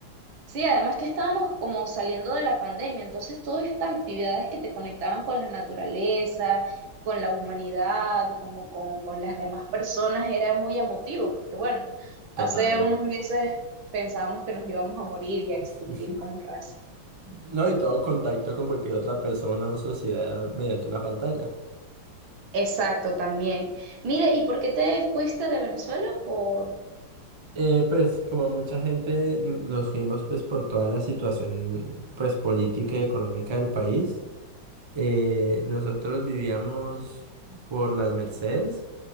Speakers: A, on the right; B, on the right.
A: Sí, además que estábamos como saliendo de la pandemia, entonces todas estas actividades que te conectaban con la naturaleza, con la humanidad, como con, con las demás personas, era muy emotivo, porque bueno,
B: Total.
A: hace unos meses pensábamos que nos íbamos a morir y a extinguir
B: <laughs>
A: como raza.
B: No, y todo contacto con cualquier otra persona o sociedad era mediante una pantalla.
A: Exacto, también. Mire, ¿y por qué te fuiste de Venezuela? Por...
B: Eh, pues como mucha gente n- nos fuimos pues por toda la situación pues política y económica del país, eh, nosotros vivíamos por las Mercedes,